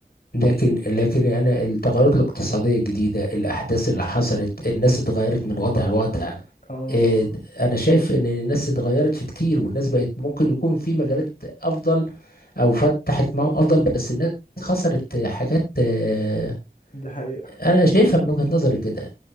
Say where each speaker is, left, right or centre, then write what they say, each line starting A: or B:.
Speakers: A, on the left (about 80°); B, on the left (about 55°).
A: لكن لكن انا التغيرات الاقتصاديه الجديده الاحداث اللي حصلت الناس اتغيرت من وضع لوضع
B: اه
A: إيه، د- انا شايف ان الناس اتغيرت في كتير والناس بقت ممكن يكون في مجالات افضل او فتحت معاهم افضل بس الناس خسرت حاجات آه،
B: دي حقيقه
A: انا شايفها من وجهة نظري كده